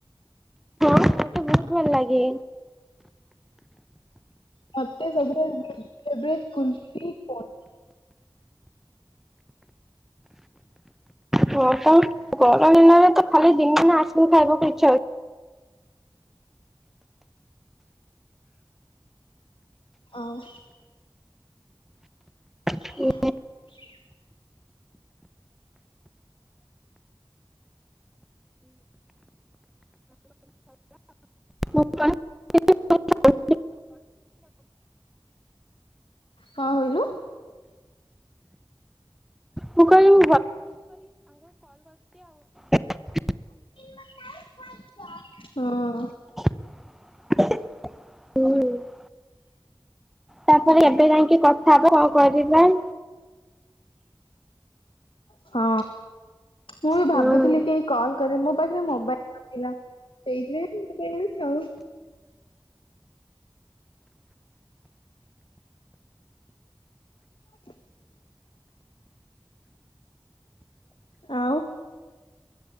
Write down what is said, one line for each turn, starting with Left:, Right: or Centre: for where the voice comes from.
Centre: ମତେ ବହୁତ ଭଲ ଲାଗେ।
Left: ମତେ ସବୁଠାରୁ <unintelligible> ଫେଭରେଟ କୁଲଫି କୋନ।
Centre: ହଁ ତ ଗରମ ଦିନରେ ତ ଖାଲି ଦିନମାନେ ଆଇସ୍କ୍ରିମ ଖାଇବାକୁ ଇଚ୍ଛା ହୁଏ।
Left: ଅଉ <inaudible>
Centre: ହଉଛି। ମୁଁ <unintelligible>
Left: ହଁ କହିଲୁ
Centre: ମୁଁ କହିଲି <unintelligible>
Left: ହଁ।
Centre: <unintelligible> ତାପରେ ଏବେ ଯାଇକି କଥା ହବ କଣ କରିବା।
Left: ହଁ ମୁଁ ବି
Centre: ହୁଁ
Left: ଭାବୁଥିଲି କି କଲ୍ କରୀମି ମୋ ପାଖରେ ମୋବାଇଲ ନଥିଲା। ସେଇଥିପାଇ <unintelligible> ଆଉ। <inaudible> ଆଉ।